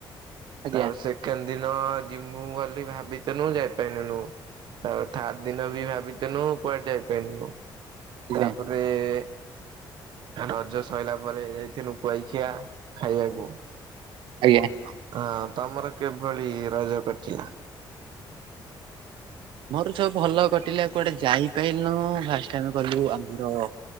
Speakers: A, on the right; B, on the right.
A: ଆଜ୍ଞା
B: ତାପରେ ସେକେଣ୍ଡ ଦିନ ଯିମୁ ବୋଲି ଭାବି ଥ୍ଵନୁ ଯାଇ ପାଇ ଲୁ ନୁ। ତାପରେ ଥାର୍ଡ ଦିନ ବି ଦ୍ଭାବିଥିନୁ କୁଆଡେ ଯାଇପାରନୁ
A: ଆଜ୍ଞା
B: ତାପରେ- ଆ ରଜ ସଇଲା ପରେ ଯାଇିଥିନୁ କୁଆଖିଆ ଖାଇଆକୁ।
A: ଆଜ୍ଞା।
B: ହଁ ତମର କିଭଳି ରଜ କଟିଲା।
A: ମୋର ସବୁ ଭଲ କଟିଲା କୁଆଡେ ଯାଇପାଇଲୁନୁ ଫାଷ୍ଟ ଆମେ କଲୁ ଆମର